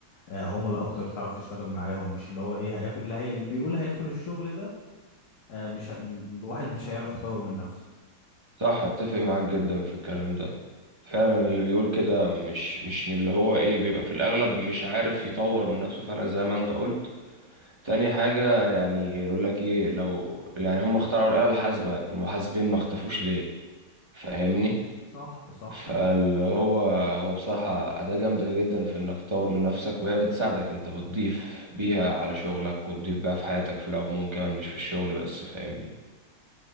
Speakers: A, on the left; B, on the right.
A: آه، عملاء اكتر تعرف تشتغل معاهم مش اللي هو ايه هياكل اللي, هي... اللي بيقول هياكل الشغل ده آه، مش ه... م- واحد مش هيعرف يطور من نفسه
B: صح اتفق معاك جدا في الكلام ده فعلا اللي بيقول كده مش مش من اللي هو ايه بيبقى في الاغلب مش عارف يطور من نفسه فعلا زي ما انت قلت تاني حاجة يعني يقول لك ايه لو يعني هم اخترعوا الآلة الحاسبة المحاسبين ما اختفوش ليه فاهمني
A: صح صح
B: فاللي هو هو بصراحة أداة جامدة جدا في إنك تطور من نفسك وهي بتساعدك أنت بتضيف بيها على شغلك وتضيف بيها في حياتك في العموم كمان مش في الشغل بس فاهمني